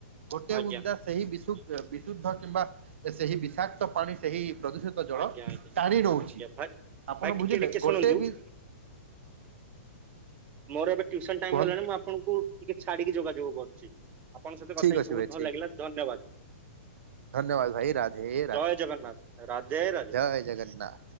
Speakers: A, on the right; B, on the right.
A: ଗୋଟେ
B: ଆଜ୍ଞା
A: ବୁନ୍ଦା ସେହି ବିଶୁ ବିଶୁଦ୍ଧ କିମ୍ବା ସେହି ବିଷାକ୍ତ ପାଣି ସେହି ପ୍ରଦୂଷିତ ଜଳ
B: ଆଜ୍ଞା ଆଜ୍ଞା
A: ଟାଣି ନଉଛି
B: ଆଜ୍ଞା ଭାଇ
A: ଆପଣ
B: ଭାଇ ଟିକେ
A: ବୁଝିଲେ
B: ଟିକେ ଶୁଣନ୍ତୁ
A: ଗୋଟେ ବି
B: ମୋର ଏବେ ଟ୍ୟୁସନ୍ ଟାଇମ୍
A: କୁହନ୍ତୁ
B: ହେଲାଣି ମୁଁ ଆପଣଙ୍କୁ ଟିକେ ଛାଡିକି ଯୋଗାଯୋଗ କରୁଛି। ଆପଣଙ୍କ ସହିତ
A: ଠିକ
B: କଥା ହେଇକି
A: ଅଛି
B: ବହୁତ
A: ଭାଇ ଠିକ
B: ଭଲ ଲାଗିଲା ଧନ୍ୟବାଦ।
A: ଧନ୍ୟବାଦ ଭାଇ ରାଧେ ରାଧେ
B: ଜୟ ଜଗନ୍ନାଥ ରାଧେ ରାଧେ।
A: ଜୟ ଜଗନ୍ନାଥ।